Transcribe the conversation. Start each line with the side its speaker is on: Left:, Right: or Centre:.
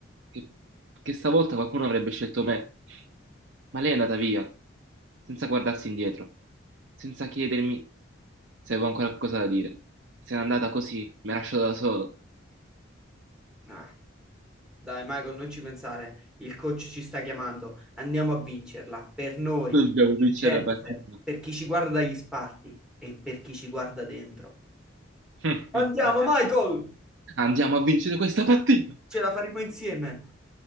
Right: che, che stavolta qualcuno avrebbe scelto me. Ma lei è andata via, senza guardarsi indietro, senza chiedermi se avevo ancora qualcosa da dire. Se n'è andata così, mi ha lasciato da solo.
Centre: Ah, Dai, Michael, non ci pensare. Il coach ci sta chiamando. Andiamo a vincerla. Per noi,
Right: Dobbiamo
Centre: per
Right: vincere
Centre: Jennifer,
Right: la partita.
Centre: per chi ci guarda dagli sparti e per chi ci guarda dentro.
Right: <laughs>
Centre: Andiamo, Michael!
Right: Andiamo a vincere questa partita!
Centre: Ce la faremo insieme.